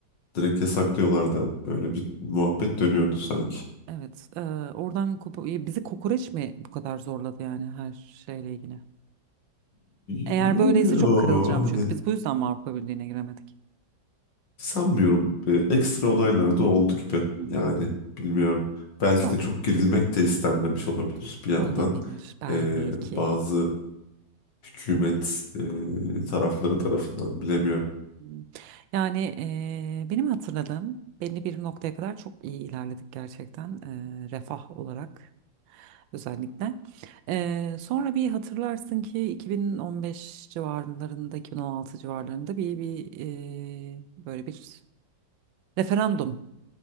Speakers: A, on the left; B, on the right.
A: direkt yasaklıyorlar da öyle bir muhabbet dönüyordu sanki.
B: Evet. eee, oradan kopa- ya bizi kokoreç mi bu kadar zorladı yani her şeyle ilgili? Eğer
A: Yo,
B: böyleyse çok kırılacağım çünkü
A: hani
B: biz bu yüzden mi Avrupa Birliği'ne giremedik?
A: sanmıyorum. E,
B: Hmm,
A: ekstra olaylar da oldu gibi
B: hmm.
A: yani bilmiyorum. Belki
B: Tamam.
A: de çok girilmek de istenmemiş olabilir bir yandan.
B: Olabilir belki.
A: E, bazı hükümet e, tarafları tarafından bilemiyorum.
B: Hmm. Yani eee, benim hatırladığım belli bir noktaya kadar çok iyi ilerledik gerçekten eee, refah olarak özellikle. Eee, sonra bir hatırlarsın ki 2015 civarlarında 2016 civarlarında bir bir eee, böyle bir referandum